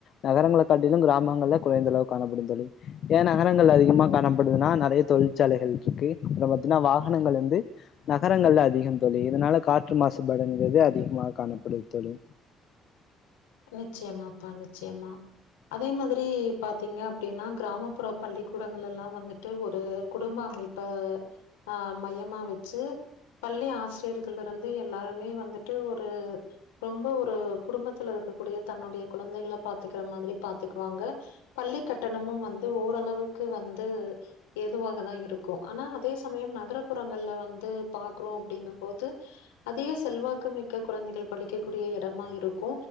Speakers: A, on the left; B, on the left.
A: நகரங்களை காட்டிலு கிராமங்கள்ல குறைந்த அளவு காணப்படும் தோழி ஏன் நகரங்கள்ல அதிகமா காணப்படுதுன்னா நெறைய தொழிற்சாலைகள் இருக்கு அப்றோ பாத்தீங்னா வாகனங்கள் வந்து நகரங்கள்ல அதிகம் தோழி இதனால காற்று மாசுபாடுங்கிறது அதிகமாக காணப்படுது தோழி
B: நிச்சயமாப்பா நிச்சயமா அதே மாதிரி பார்த்தீங்க அப்டின்னா கிராமப்புற பள்ளிக்கூடங்கள்ளல்லா வந்துட்டு ஒரு குடும்ப அமைப்ப ஆ மையமா வச்சு பள்ளி ஆசிரியர்கள் இருந்து எல்லாருமே வந்துட்டு ஒரு ரொம்ப ஒரு குடும்பத்துல இருக்கக்கூடிய தன்னுடைய குழந்தைகள பாத்துக்கிற மாரி பாத்துக்குவாங்க பள்ளி கட்டணமு வந்து ஓரளவுக்கு வந்து எதுவாகதா இருக்கும் ஆனா அதே சமயம் நகரப்புறங்கள்ல வந்து பாக்குறோ அப்டிங்கும்போது அதிக செல்வாக்குமிக்க கொழந்தைகள் படிக்கக்கூடிய இடமா இருக்கு